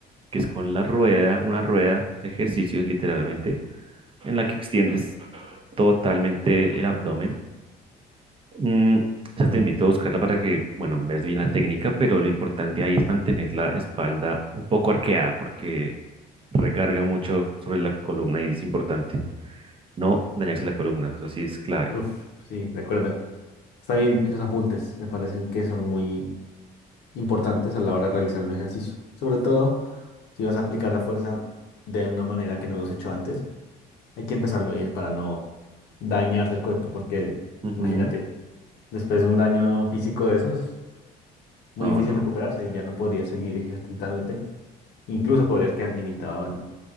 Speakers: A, on the right (about 30°); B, on the left (about 80°).
A: que es con la rueda, una rueda de ejercicios literalmente, en la que extiendes totalmente el abdomen Mm, o sea, te invito a buscarla para que, bueno, ves bien la técnica, pero lo importante ahí es mantener la espalda un poco arqueada porque recarga mucho sobre la columna y es importante no dañarse la columna, eso sí es clave.
B: Uf, sí, de acuerdo. Está bien, esos apuntes me parecen que son muy importantes a la hora de realizar un ejercicio. Sobre todo si vas a aplicar la fuerza de una manera que no los he hecho antes, hay que empezarlo bien para no dañarse el cuerpo, porque
A: Ujú.
B: imagínate, después de un daño físico de esos, muy
A: No,
B: difícil
A: no.
B: recuperarse y ya no podrías seguir ejercitándote. Incluso podrías quedar limitado